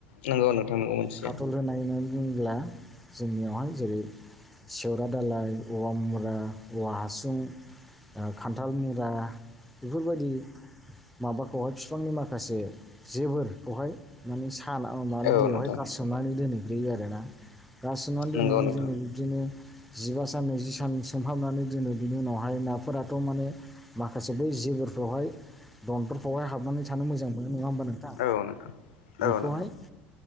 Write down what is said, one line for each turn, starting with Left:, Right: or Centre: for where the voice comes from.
Left: नंगौ नोंथां नंगौ मोनथियो
Centre: खाटल होनाय होननानै बुङोब्ला जोंनियावहाय जेरै सेवरा दालाय औवा मुरा औवा हासुं खान्थाल मुरा बेफोरबायदि माबाखौहाय बिफांनि माखासे जेबोरखौहाय माने साना माने
Left: औ
Centre: दैयावहाय
Left: नोंथां
Centre: गारसोमनानै दोनहैग्रोयो आरोना गारसोमनानै दोननानै
Left: नंगौ नोंथां
Centre: जोंनि बिदिनो जिबा सान नैजि सान सोमहाबनानै दोनो बिनि उनावहाय नाफोराथ' माने माखासे बै जेबोरफ्रावहाय दनदरफ्रावहाय हाबनानै थानो मोजां मोनो नङा होमबा नोंथां
Left: औ नोंथां औ
Centre: खौहाय
Left: नोंथां